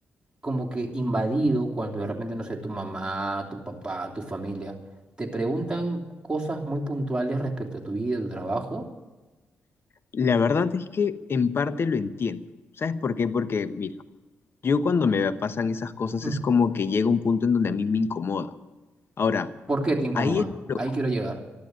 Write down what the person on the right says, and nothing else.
como que invadido cuando de repente, no sé, tu mamá, tu papá, tu familia, te preguntan cosas muy puntuales respecto a tu vida, tu trabajo.
Mm.
¿Por qué te incomoda?
Ahí
quiero llegar.